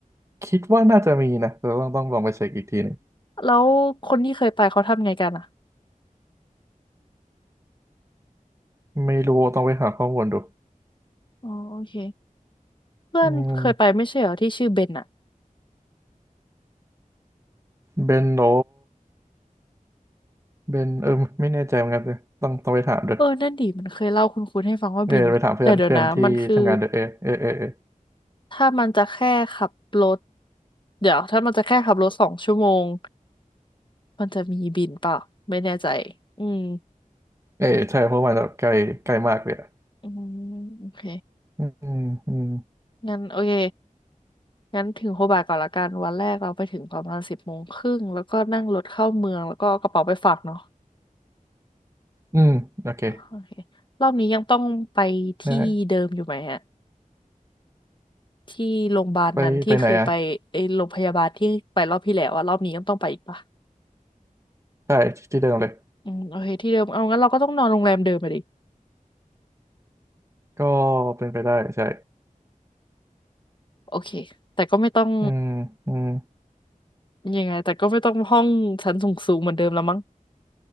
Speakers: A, on the right; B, on the left.
A: คิดว่าน่าจะมีนะแต่ต้องต้องลองไปเช็คอีกทีหนึ่ง
B: แล้วคนที่เคยไปเขาทำไงกันอะ
A: ไม่รู้ต้องไปหาข้อมูลดู
B: อ๋อโอเคเพื่อนเคยไปไม่ใช่เหรอที่ชื่อเบนอะ
A: อืมเบนโรเบนเออไม่แน่ใจเหมือนกันเลยต้องต้องไปถามด้วย
B: เออนั่นดิมันเคยเล่าคุณคุณให้ฟังว่าบินแต่เดี๋ยวนะมันคือ
A: เออไปถามเพื่อนเพื่อนที่ทำงานเดอะเอเอเอเอ
B: ถ้ามันจะแค่ขับรถเดี๋ยวถ้ามันจะแค่ขับรถสองชั่วโมงมันจะมีบินเปล่าไม่แน่ใจอืม
A: เออใช่เพราะมันแบบใกล้ใกล้มากเลยอะ
B: อืมโอเค
A: อืมอืม
B: งั้นโอเค งั้นถึงโฮบาร์ตก่อนละกัน วันแรกเราไปถึงประมาณสิบโมงครึ่งแล้วก็นั่งรถเข้าเมือง แล้วก็เอากระเป๋าไปฝากเนาะ
A: อืมโอเค
B: อ่ะโอเครอบนี้ยังต้องไปที่เดิมอยู่ไหมฮะ
A: ได้
B: ที่โรงพยาบาลนั้นที่เคยไปไอ้โรงพยาบาลที่ไปรอบที่แล้วอะรอบนี้ยังต้องไปอีกปะ
A: ไปไปไหนอ่ะใช่ที่เดิมเลย
B: อืมโอเคที่เดิมเอางั้นเราก็ต้องนอนโรงแรมเดิมไปดิ
A: ก็เป็นไปได้ใช่
B: โอเค แต่ก็ไม่ต้อง
A: อืมอืม
B: ยังไงแต่ก็ไม่ต้องห้องชั้นสูงๆเหมือนเดิมแล้วมั้ง